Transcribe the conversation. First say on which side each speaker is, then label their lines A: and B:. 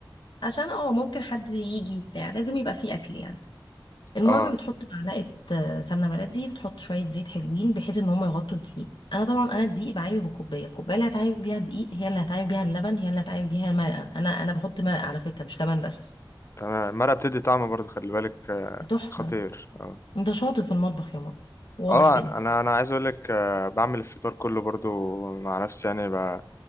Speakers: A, on the left (about 70°); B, on the left (about 35°).
A: عشان اه ممكن حد يجي بتاع لازم يبقى فيه أكل يعني المهم
B: اه
A: بتحط معلقة آه، سمنة بلدي بتحط شوية زيت حلوين بحيث إن هما يغطوا الدقيق أنا طبعا أنا الدقيق بعايبه بالكوباية الكوباية اللي هتعايب بيها دقيق هي اللي هتعايب بيها اللبن هي اللي هتعايب بيها الماء أنا أنا بحط ماء على فكرة مش لبن بس
B: تمام المرقه بتدي طعم برضه خلي بالك آه،
A: تحفة
B: خطير اه
A: أنت شاطر في المطبخ يا ماما واضح
B: اه
A: كده
B: انا انا عايز اقول لك آه، بعمل الفطار كله برضه مع نفسي يعني ب-